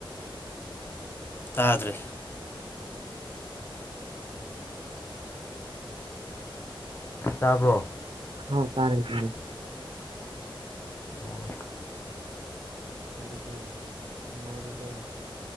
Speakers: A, on the left; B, on the right.
A: ꯇꯥ ꯇ꯭ꯔꯦ ꯇꯥꯕ꯭ꯔꯣ
B: ꯍꯣ ꯇꯔꯥꯏꯇꯅꯦ
A: ꯑꯣ
B: ꯆ ꯇꯔꯤꯒꯤ ꯅꯨꯡꯉꯥꯏꯔꯤꯕꯔꯤꯕꯣ